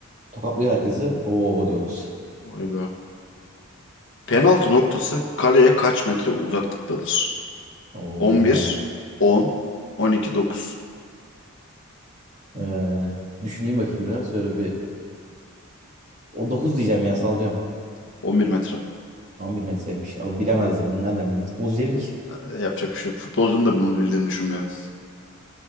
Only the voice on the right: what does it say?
tokatlıyor herkesi. Oo diyorlar.
Oo,
bilemem
ya. Ee, düşüneyim bakayım biraz. Öyle bir... O 9 diyeceğim ya sallıyorum.
on bir metreymiş. Abi bilemezdim.
Bunu nereden bileyim? Futbolcu değilim ki.